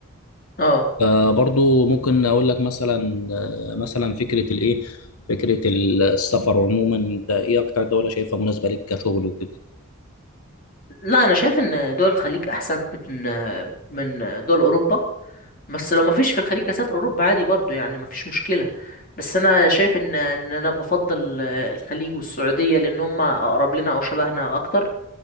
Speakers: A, on the left (about 40°); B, on the left (about 85°).
A: اه
B: آه، برضو ممكن اقول لك مثلا آه، مثلا فكره الايه فكره السفر عموما انت ايه اكتر دوله شايفها مناسبه ليك كشغل وكده
A: لا انا شايف ان دول الخليج احسن من من دول اوروبا بس لو ما فيش في الخليج اسافر اوروبا عادي برضو يعني ما فيش مشكله بس انا شايف ان ان انا بفضل آه، الخليج والسعوديه لان هم اقرب لنا او شبهنا اكتر